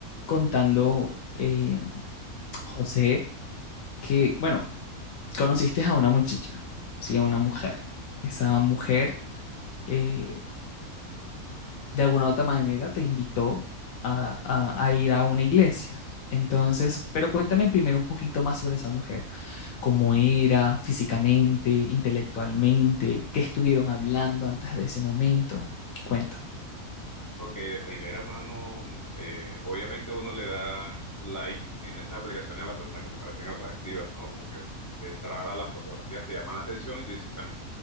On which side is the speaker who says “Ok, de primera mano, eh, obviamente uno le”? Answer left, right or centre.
Left